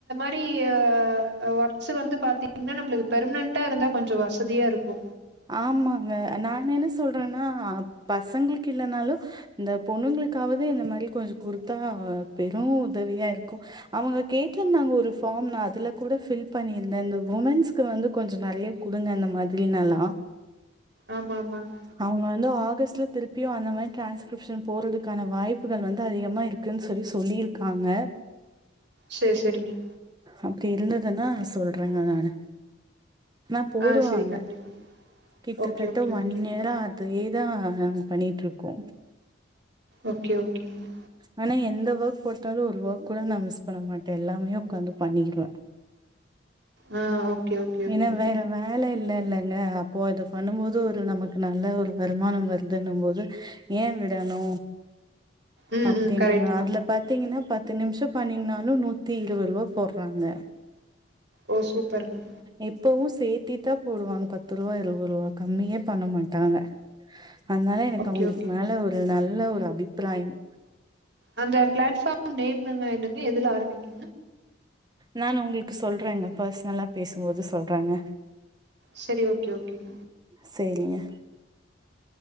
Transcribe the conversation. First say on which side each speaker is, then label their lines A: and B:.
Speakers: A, on the right; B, on the right.
A: <unintelligible> ஒர்க்ஸ் வந்து பாத்திங்னா நம்ளுக்கு பெர்ம்னன்டா இருந்தா கொஞ்சொ வசதியா இருக்கு
B: ஆமாங்க நான் என்ன சொல்றனா பசங்களுக் இல்லனாலு இந்த பொண்ணுங்ளுக்காவது இந்த மாரி கொஞ்சொ குடுத்தா பெரூ உதவியா இருக்கு அவங்க கேட்ருந்தாங்க ஒரு ஃபார்ம் நா அதுல கூட ஃபில் பண்ணிர்ந்தே இந்த உமன்ஸ்ஸுக்கு வந்து கொஞ்சொ நெறைய குடுங்க அந்த மாதிரினல்லா
A: ஆமா ஆமாங்க
B: அவுங்க வந்து ஆகஸ்ட்ல திருப்பியு அந்த மாரி டிரான்ஸ்கிரிப்ஷன் போட்றதுக்கான வாய்ப்புகள் வந்து அதிகமா இருக் க்குனு சொல்லி சொல்லிர்க்காங்க
A: சேர் சேரிங்க
B: அப்டி இருந்துதனா சொல்றேங்க நானு ஆனா போடுவாங்க
A: ஆ சரி கண்டிப்பா
B: கிட்டத்தட்ட
A: ஓகே ஓகே
B: ஒன்
A: ஓகே
B: யரா அதேதா நாங்க பண்ணிட் இருக்கோ
A: ஓகே ஓகேங்க
B: ஆனா எந்த ஒர்க் போட்டாலு ஒரு ஒர்க் கூட நா மிஸ் பண்ண மாட்டே எல்லாமே உக்காந்து பண்ணிர்வே
A: ஆ ஓகே ஓகே
B: ஏன்னா
A: ஓகே
B: வேற வேல இல்ல இல்லங்க அப் இப்போ இத பண்ணுபோது ஒரு நமக்கு நல்ல ஒரு வருமானோ வருதுன்னு போது ஏ விடணு
A: ம்
B: அப்டின்ற
A: ம் கரெக்ட்டு
B: மா
A: தா
B: அதுல பாத்தீங்னா பத்து நிம்ஷோ பன்னீங்னாலு நூத்தி இருவொர்வா போட்றாங்க
A: ஓ சூப்பர்ங்க
B: எப்பவு சேத்தி தா போடுவாங் பத்து ருவா இருவோருவா கம்மியே பண்ண மாட்டாங்க அதனால எனக்
A: ஓகே
B: அவுங்குளுக்
A: ஓகே
B: மேல ஒரு நல்ல ஒரு அபிப்பிராயம்
A: அந்த பிளாட்ஃபாம் நேம்ங்க என்னங்க எதுல ஆரம்பிக்கு
B: நானு உங்களுக்கு சொல்றேங்க பர்சனலா பேசும்போது சொல்றாங்க
A: சரி ஓகே ஓகேங்
B: செரிங்க